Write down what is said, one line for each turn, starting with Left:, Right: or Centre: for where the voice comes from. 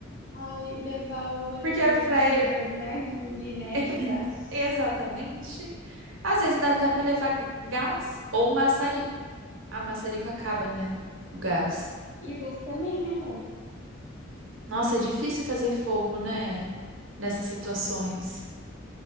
Left: Ai, levar o, a-
Right: Porque
Left: o
Right: air fryer.
Left: acendedor do narguilé, né,
Right: <laughs>
Left: de gás.
Right: Exatamente. Às vezes dá até pra levar g- gás ou maçarico. A maçarico acaba, né? O gás.
Left: E o gás também, né, amor?
Right: Nossa, é difícil fazer fogo, né? Nessas situações.